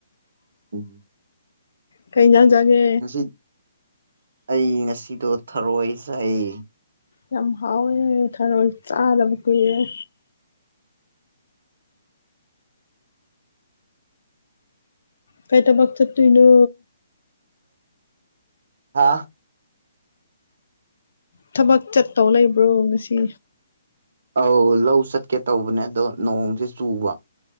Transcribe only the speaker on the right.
ꯎꯝ
ꯉꯁꯤ ꯑꯩ ꯉꯁꯤꯗꯣ ꯊꯔꯣꯏ ꯆꯥꯏꯌꯦ
ꯍꯥꯥ
ꯑꯧ ꯂꯧ ꯆꯠꯀꯦ ꯇꯧꯕꯅꯦ ꯑꯗꯣ ꯅꯣꯡꯁꯦ ꯆꯨꯕ